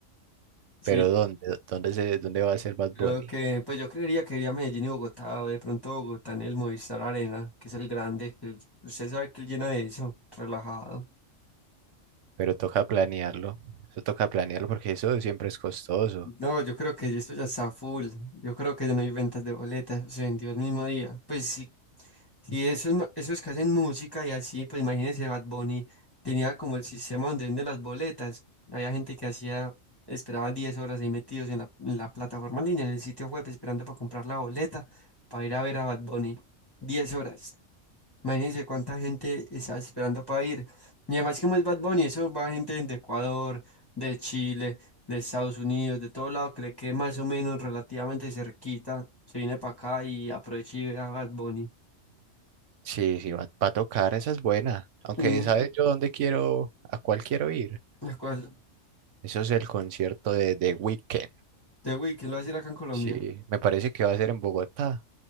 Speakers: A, on the left; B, on the right.
A: Sí,
B: Pero ¿dónde? ¿Dónde se, dónde va a ser Bad
A: creo
B: Bunny?
A: que, pues yo creería que iría a Medellín y Bogotá, o de pronto Bogotá en el Movistar Arena, que es el grande, que el- usted sabe que él llena de eso, relajado.
B: Pero toca planearlo. Eso toca planearlo porque eso siempre es costoso.
A: No, yo creo que esto ya está full. Yo creo que ya no hay ventas de boletas, se vendió el mismo día. Pues sí, Y esos, ma- esos que hacen música y así, pues imagínense, Bad Bunny tenía como el sistema donde venden las boletas. Había gente que hacía, esperaba 10 horas ahí metidos en la, en la plataforma en línea, en el sitio web, esperando para comprar la boleta, para ir a ver a Bad Bunny. diez horas. Imagínense cuánta gente estaba esperando para ir. Y además, como es Bad Bunny, eso va gente de Ecuador, de Chile, de Estados Unidos, de todo lado, cree que más o menos relativamente cerquita, se viene para acá y aprovecha y ve a Bad Bunny.
B: Sí, sí, va, va a tocar, esa es buena. Aunque,
A: Mm.
B: ¿sabes yo dónde quiero, a cuál quiero ir?
A: Me acuerdo.
B: Eso es el concierto de The Weeknd.
A: De Wii, lo va a decir acá en Colombia?
B: Sí, me parece que va a ser en Bogotá.